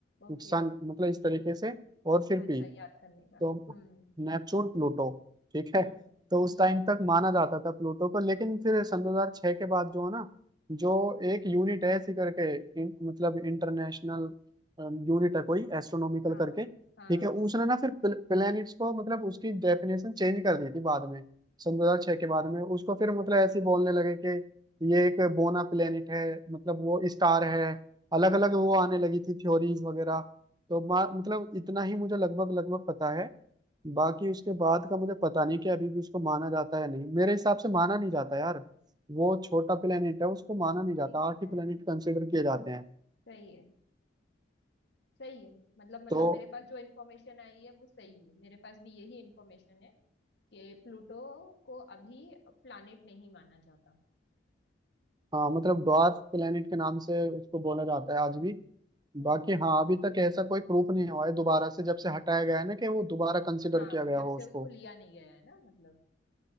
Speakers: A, on the left; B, on the right.
A: ओके
B: सन मतलब इस तरीके से और फिर
A: अच्छा
B: पी
A: याद करने का
B: तो
A: हम्म
B: नेपच्यून प्लूटो ठीक
A: हम्म
B: है तो
A: हम्म
B: उस टाइम तक माना जाता था प्लूटो को लेकिन फिर सन 2006 के बाद जो है ना जो
A: हम्म,
B: एक यूनिट है ऐसी करके इन, मतलब इंटरनेशनल यूनिट है कोई एस्ट्रोनॉमिकल
A: हाँ
B: करके
A: हाँ
B: ठीक है उसने ना फिर प्लेनेट्स को मतलब उसकी डेफिनेशन चेंज कर दी थी बाद में सन 2006 के बाद में उसको फिर मतलब ऐसे ही बोलने लगे कि ये एक बोना प्लेनेट है मतलब वो स्टार है अलग अलग वो आने लगी थी थ्योरीज वगैरह तो मा- मतलब इतना ही मुझे लगभग लगभग पता है बाकी उसके बाद का मुझे पता नहीं कि अभी भी उसको माना जाता है या नहीं मेरे हिसाब से माना नहीं जाता यार वो छोटा प्लेनेट है उसको माना नहीं जाता
A: ठीक
B: आठ
A: है
B: ही प्लेनेट कंसिडर किए जाते हैं
A: सही है सही है मतलब मतलब
B: तो
A: मेरे पास जो इन्फॉर्मेशन आई है वो सही है मेरे पास भी यही इन्फॉर्मेशन है कि प्लूटो को अभी प्लैनेट नहीं माना जाता
B: हाँ मतलब ड्वार्फ प्लेनेट के नाम से उसको बोला जाता है आज भी
A: हम्म
B: बाकी हाँ अभी तक ऐसा कोई प्रूफ नहीं हुआ है दोबारा से जब से हटाया गया है ना कि वो दोबारा कंसिडर
A: हाँ
B: किया गया
A: जब
B: हो
A: से
B: उसको
A: उसको लिया नहीं गया है ना मतलब